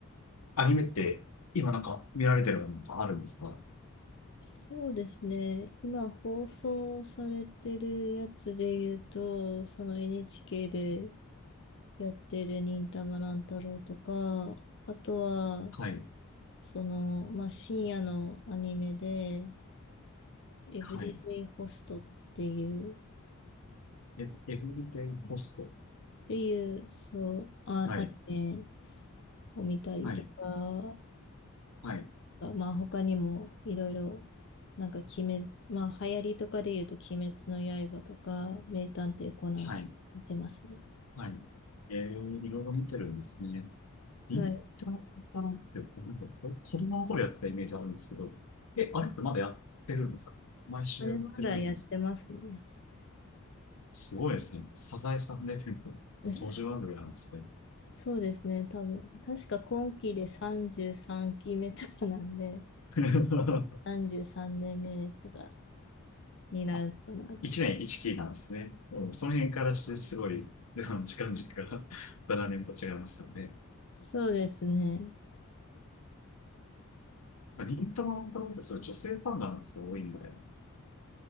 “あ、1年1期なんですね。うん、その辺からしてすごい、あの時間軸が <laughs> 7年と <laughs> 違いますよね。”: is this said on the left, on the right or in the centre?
Left